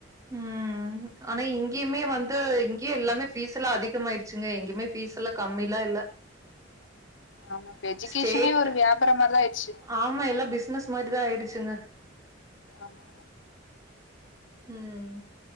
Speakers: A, on the right (about 15°); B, on the left (about 70°).
A: ம் ம் ஆனா இங்கேயுமே வந்து இங்கேயு எல்லாமே ஃபீஸ் எல்லா அதிகமாயிருச்சுங்க எங்குமே ஃபீஸ் எல்லாம் கம்மிலா இல்ல
B: ஆமா இப்ப எஜிகேஷனே
A: ஸ்டேட்
B: ஒரு வியாபாரம் மாரிதா ஆயிச்சு
A: ஆமா எல்லா பிசினஸ் மாரிதா ஆயிடுச்சுங்க
B: ஆமா
A: ம்